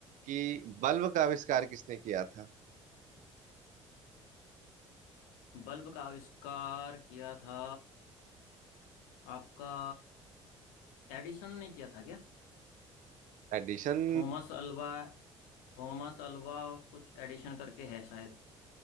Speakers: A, on the right; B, on the left.
A: कि बल्ब का आविष्कार किसने किया था
B: बल्ब का आविष्कार किया था आपका एडिसन ने किया था क्या
A: एडिशन
B: Thomas Alva Thomas Alva कुछ एडिशन करके है शायद